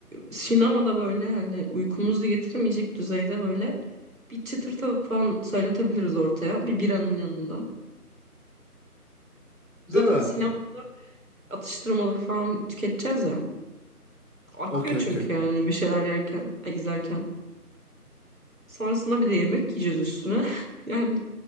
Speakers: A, on the right; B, on the left.
A: sinemada böyle hani uykumuzu getirmeyecek düzeyde böyle bir çıtır tavuk falan söyletebiliriz ortaya. Bir biranın yanında.
B: Değil
A: Zaten
B: mi?
A: sinemada. atıştırmalık falan tüketeceğiz ya. Akıyor
B: Okey
A: çünkü
B: okey.
A: yani bir şeyler yerken, ay, izlerken. Sonrasında bir de yemek yiyeceğiz üstüne. <laughs> Yani